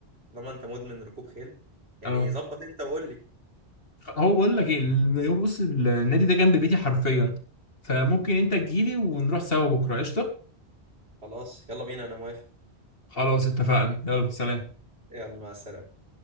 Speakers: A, on the right; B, on the left.
A: طالما انت مدمن ركوب خيل يعني
B: اه
A: ظبط انت وقول لي
B: هو بقول لك ايه ال- هو بص النادي ده جنب بيتي حرفيا فممكن انت تجيلي ونروح سوا بكره قشطه
A: خلاص يلا بينا انا موافق
B: خلاص اتفقنا يلا سلام
A: يلا مع السلامة